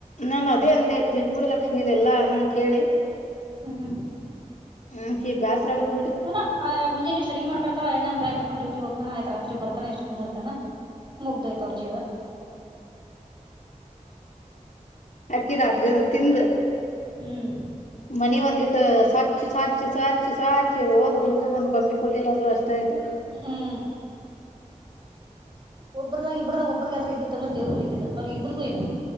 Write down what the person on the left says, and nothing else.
ನಾನ್ ಅದೇ ಅಂದೆ ಬಿಟ್ಬಿಡ ಲಕ್ಷ್ಮೀಇದೆಲ್ಲಾ ಅಂತ ಹೇಳಿ
ಹಾಕಿ ಬಾಸ್ರ ಆಗತ
ಅಕಿ ರಾತ್ರಿ ತಿಂದ
ಮನಿ ಒಂದಿ <inaudible> ಸಾಚಿ ಸಾಚಿ ಸಾಚಿ ಸಾಚಿ ಓದ್ ಹುಡ್ಗಗ್ ಒಂದ್ ಗೊಂಬಿ ಕೊಡ್ಲಿಲ್ಲ ಅಂದ್ರು ಅಷ್ಟ <unintelligible> ತ ಇದುು